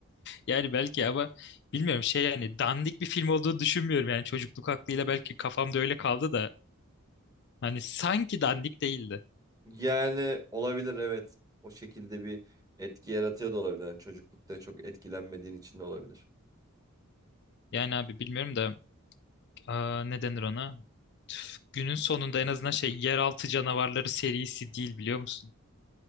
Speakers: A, on the left; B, on the right.
A: Yani belki ama bilmiyorum şey yani dandik bir film olduğu düşünmüyorum. Yani çocukluk aklıyla belki kafamda öyle kaldı da hani sanki dandik değildi.
B: Yani olabilir evet. O şekilde bir etki yaratıyor da olabilir. Yani çocuklukta çok etkilenmediğin için de olabilir.
A: Yani abi bilmiyorum da aa, ne denir ona? Günün sonunda en azından şey Yeraltı Canavarları serisi değil biliyor musun?